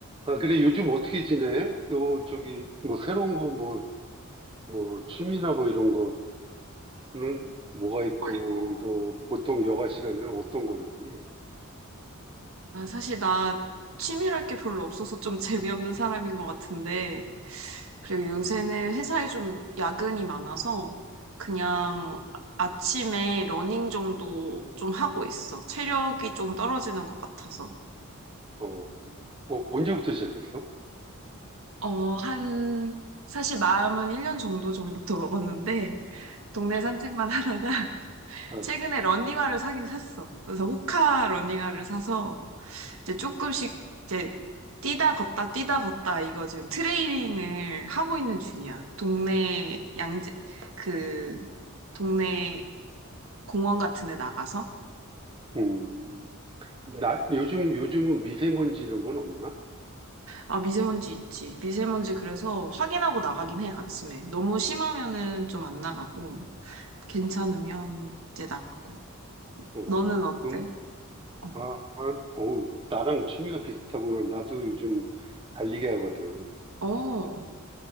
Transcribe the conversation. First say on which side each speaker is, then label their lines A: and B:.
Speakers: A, on the right; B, on the right.
A: 아, 그래, 요즘 어떻게 지내? 너, 저기, 뭐, 새로운 거, 뭐, 뭐, 취미나 뭐, 이런 거는 뭐가 있고,
B: 거 있고.
A: 너, 보통 여가 시간에는 어떤 걸로 하니?
B: 아, 사실 나 취미랄 게 별로 없어서 좀 재미없는 사람인 것 같은데, 그리고 요새는 회사에 좀 야근이 많아서 그냥 아침에 러닝 정도 좀 하고 있어. 체력이 좀 떨어지는 것 같아서.
A: 어, 어, 언제부터 시작했어?
B: 어, 한, 사실 마음은 1년 정도 전부터 먹었는데, 동네 산책만 하다가 <laughs>
A: 아,
B: 최근에 러닝화를 사긴 샀어. 그래서 호카 러닝화를 사서 이제 조금씩 이제 뛰다 걷다 뛰다 걷다 이거 지금 트레이닝을 하고 있는 중이야. 동네 양재 그 동네 공원 같은 데 나가서
A: 음, 나, 요즘, 요즘은 미세먼지 이런 건 없나?
B: 아 미세먼지 있지. 미세먼지 그래서 확인하고 나가긴 해 아침에. 너무 심하면은 좀 안 나가고 괜찮으면 이제 나가고.
A: 어,
B: 너는 어때?
A: 그럼,
B: 어.
A: 아, 아, 어우, 나랑 취미가 비슷하구나. 나도 요즘 달리기 하거든.
B: 어. <laughs>